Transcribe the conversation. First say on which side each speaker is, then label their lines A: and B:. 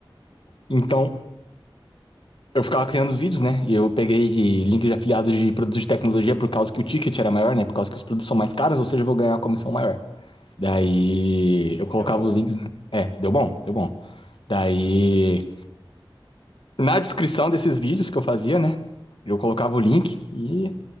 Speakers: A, on the left; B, on the left.
A: Então, eu ficava criando os vídeos, né? E eu peguei links de afiliados de produtos de tecnologia por causa que o ticket era maior, né? Por causa que os produtos são mais caros, ou seja, eu vou ganhar uma comissão maior. Daí eu colocava
B: E deu bom.
A: os links, né? É, deu bom, deu bom. Daí na descrição desses vídeos que eu fazia, né? Eu colocava o link e